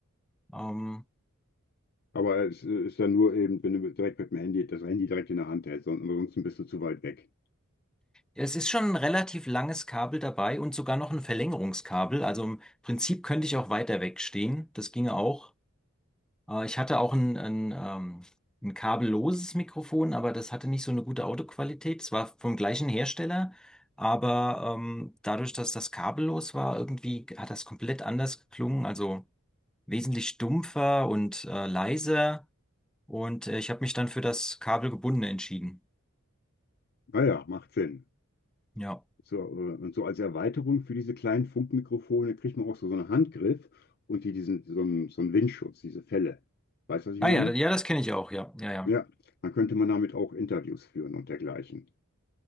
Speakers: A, in the centre; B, on the left (about 45°).
A: Ähm,
B: Aber es äh, ist dann nur eben, wenn du direkt mit dem Handy, das Handy direkt in der Hand hältst, sonst- ansonsten bist du zu weit weg.
A: es ist schon ein relativ langes Kabel dabei und sogar noch ein Verlängerungskabel. Also im Prinzip könnte ich auch weiter wegstehen. Das ginge auch. Äh, ich hatte auch ein, ein, ähm, ein kabelloses Mikrofon, aber das hatte nicht so eine gute Audioqualität. Es war vom gleichen Hersteller, aber ähm, dadurch, dass das kabellos war, irgendwie hat das komplett anders geklungen, also wesentlich stumpfer und äh, leiser. Und äh, ich habe mich dann für das kabelgebundene entschieden.
B: Ah ja, macht Sinn.
A: Ja.
B: So, äh, und so als Erweiterung für diese kleinen Funkmikrofone kriegt man auch so, so einen Handgriff und die, diesen, so einen, so einen Windschutz, diese Fälle. Weißt du, was ich
A: Ah
B: meine?
A: ja, ja, das kenne ich auch, ja. Ja, ja.
B: Ja, dann könnte man damit auch Interviews führen und dergleichen.